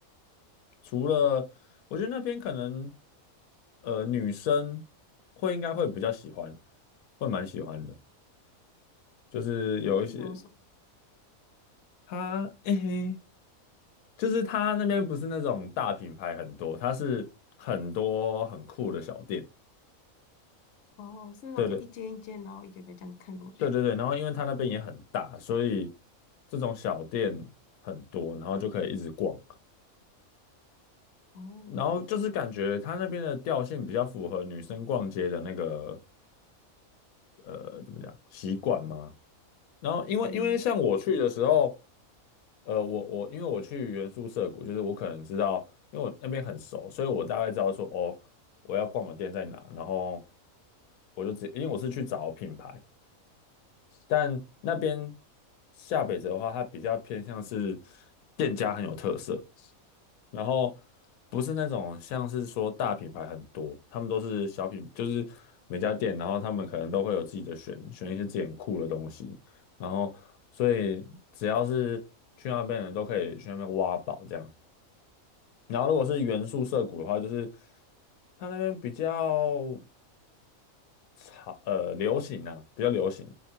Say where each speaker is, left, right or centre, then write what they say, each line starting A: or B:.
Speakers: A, on the left; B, on the left.
A: 除了，我觉得那边可能呃女生会应该会比较喜欢，会蛮喜欢的，就是有一些
B: 那是有什么？
A: 它诶、嘿就是它那边不是那种大品牌很多，它是很多很酷的小店。
B: 哦，是那种可以一间一间，
A: 对对
B: 然后一个个这样看过去。
A: 对对对，然后因为它那边也很大，所以这种小店很多，然后就可以一直逛。
B: 哦，
A: 然后就是感觉它那边的调性比较符合女生逛街的那个呃怎么讲习惯嘛。然后因为因为像我去的时候，
B: 嗯，
A: 呃，我我因为我去原宿涩谷，就是我可能知道，因为我那边很熟，所以我大概知道说哦，我要逛的店在哪，然后我就直接因为我是去找品牌。但那边下北泽的话，它比较偏向是店家很有特色，然后不是那种像是说大品牌很多，他们都是小品，就是每家店，然后他们可能都会有自己的选，选一些自己很酷的东西，然后所以只要是去那边的人都可以去那边挖宝这样。然后如果是元素涩谷的话，就是它那边比较。潮呃流行啊，比较流行。